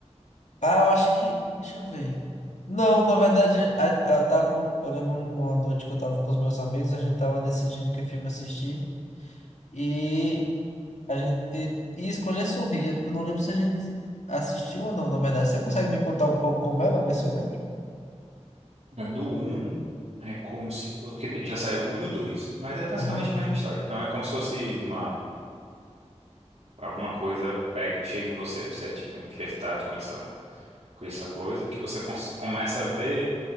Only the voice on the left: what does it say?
Ah, eu acho que. Deixa eu ver. Não, na verdade, a, a- tava um- eu lembro uma noite que eu tava com os meus amigos, a gente tava decidindo que filme assistir e a gente ia escolher Sorrir. Eu não lembro se a gente assistiu ou não, na verdade. Você consegue me contar um pouco como é pra ver se eu lembro?
Aham.